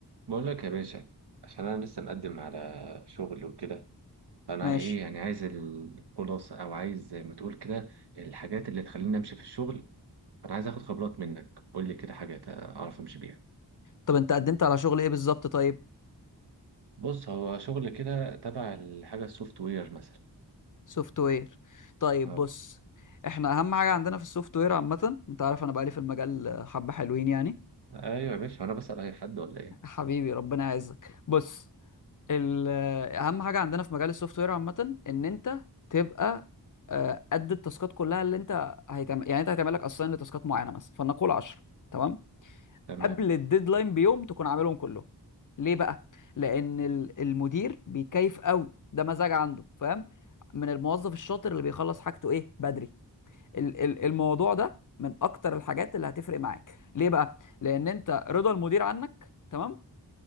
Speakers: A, on the right (about 70°); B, on the left (about 50°).
A: بقول لك يا باشا عشان انا لسه مقدم على شغل وكده فانا
B: ماشي
A: ايه يعني عايز الخلاصه او عايز زي ما تقول كده الحاجات اللي تخليني امشي في الشغل انا عايز اخد خبرات منك قول لي كده حاجات اعرف امشي بيها
B: طب انت قدمت على شغل ايه بالظبط طيب
A: بص هو شغل كده تبع الحاجه السوفت وير مثلا
B: سوفت وير طيب
A: اه
B: بص احنا اهم حاجه عندنا في السوفت وير عامه انت عارف انا بقالي في المجال حبه حلوين يعني
A: ايوه يا باشا انا بسأل اي حد ولا ايه
B: حبيبي ربنا يعزك بص ال- اهم حاجه عندنا في مجال السوفت وير عامه ان انت تبقى آه، قد التاسكات كلها اللي انت هيتعمل يعني انت هيتعمل لك اساين لتاسكات معينه مثلا فلنقول 10 تمام
A: تمام
B: قبل الديدلاين بيوم تكون عاملهم كلهم ليه بقى لان ال- المدير بيتكيف قوي ده مزاج عنده فاهم من الموظف الشاطر اللي بيخلص حاجته ايه بدري ال- ال- الموضوع ده من اكتر الحاجات اللي هتفرق معاك ليه بقى لان انت رضا المدير عنك تمام